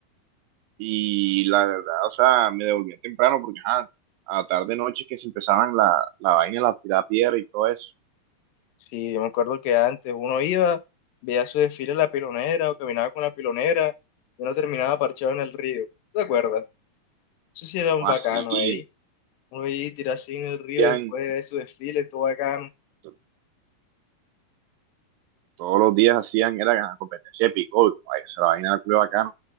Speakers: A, on the right; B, on the left.
A: y la verdad, o sea, me devolvía temprano porque ajá, a tarde noche que se empezaban la, la vaina, la tirada piedra y todo eso.
B: Sí, yo me acuerdo que antes uno iba, veía su desfile en la pilonera o caminaba con la pilonera y uno terminaba parchado en el río. ¿Te acuerdas? Eso sí era un
A: O
B: bacano
A: así, y
B: ahí. Oye, tirarse en el río
A: hacían-
B: después de su desfile, todo bacano.
A: to- todos los días hacían, era ajá, competencia de pico, esa era la vaina era acá.